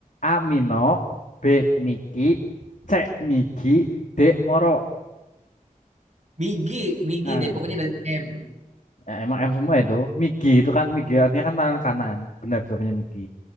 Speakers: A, on the left; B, on the right.
A: A. Mino, B. Miki, C. Migi, D. Moro.
B: Migi, Migi
A: Nah,
B: deh, pokoknya dari M.
A: Ya, emang M semua itu. Migi itu kan Migi artinya kan tangan kanan. Benar jawabannya Migi.